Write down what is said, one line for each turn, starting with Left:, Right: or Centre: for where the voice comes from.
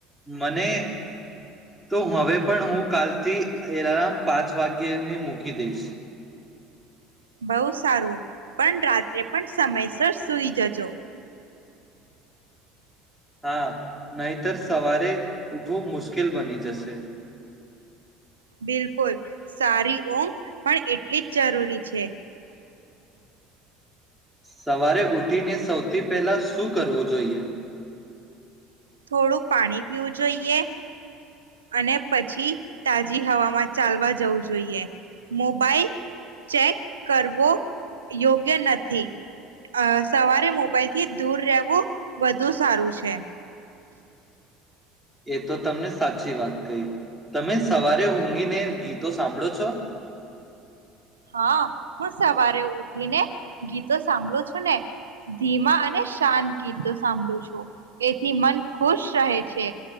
Centre: મને તો હવે પણ હું કાલથી એલાર્મ પાંચ વાગ્યની મૂકી દઈશ
Right: બહુ સારું પણ રાત્રે પણ સમયસર સુઈ જજો
Centre: હા, નહીતર સવારે ઉઠવું મુશ્કેલ બની જશે
Right: બિલકુલ, સારી ઊંઘ પણ એટલી જ જરૂરી છે
Centre: સવારે ઉઠીને સૌથી પહેલા શું કરવું જોઈએ
Right: થોડુંક પાણી પીવું જોઈએ અને પછી તાજી હવામાં ચાલવા જવું જોઈએ, મોબાઈલ ચેક કરવો યોગ્ય નથી, સવારે મોબાઈલ થી દૂર રહેવું વધુ સારું છે
Centre: એ તો તમને સાચી વાત કહી તમે સવારે ઊંઘીને ગીતો સાંભળો છો
Right: હા, હું સવારે ઉઠીને ગીતો સાંભળું છું ને ધીમા અને શાંત ગીતો સાંભળું છું એથી મન ખુશ રહે છે